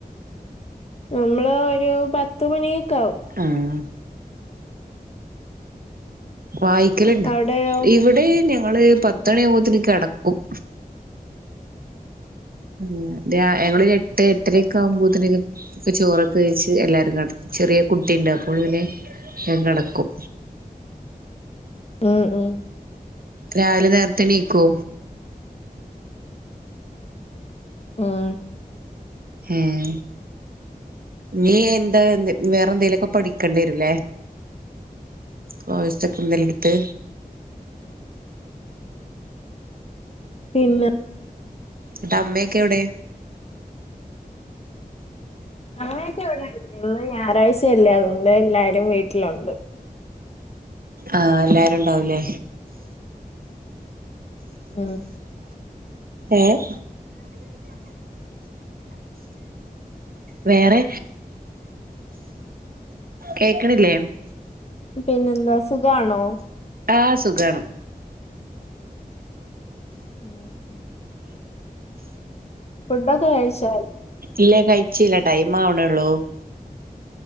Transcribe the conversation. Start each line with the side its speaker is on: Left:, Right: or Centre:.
Left: നമ്മള് ഒരു പത്ത് മണിയക്ക ആവും.
Right: ആഹ് വായിക്കല്ണ്ടോ
Left: അവിടെയോ
Right: ഇവിടെ ഞങ്ങള് പത്തണിയവുമ്പോത്ത്ന്ന് കിടക്കും ഉം ഇവളരു എട്ട് എട്ടരക്കെ ആകുമ്പോത്തിന് ഒക്കെ ചോറൊക്കെ വഴച്ച് എല്ലരും കട ചെറിയ കുട്ടിയുണ്ട് അപ്പോഴ് പിന്നെ കിടക്കും.
Left: ഉം ഉം-
Right: രാവിലെ നേരത്തെ എണീക്കോ?
Left: ഉം
Right: ഉം നീ എന്താ വേറെന്തേലൊക്കെ പഠിക്ക പഠിക്കണ്ടി വരും വേ കോഴ് സൊക്ക എന്തേല്ലെടുത്ത്.
Left: പിന്നെ
Right: എന്നിട്ട് അമ്മയൊക്കെ എവിടെ?
Left: അമ്മയൊക്കെ ഇവിടെ ഇണ്ട് ഇന്ന് ഞായറാഴ്ചയല്ലേ അതുകൊണ്ട് എല്ലാരും വീട്ടിലുണ്ട്.
Right: ആഹ് എല്ലാരും ഉണ്ടാവൂലേ?
Left: ഉം
Right: ഏ <inaudible> വേറെ കേക്ക്ണില്ലേ?
Left: പിന്നെന്താ സുഖണോ?
Right: ആഹ് സുഖാണ്.
Left: ഉം. ഫുഡൊഒക്കെ കഴിച്ചോ?
Right: ഇല്ല കഴിച്ചില്ല ടൈം ആവണൊള്ളൂ.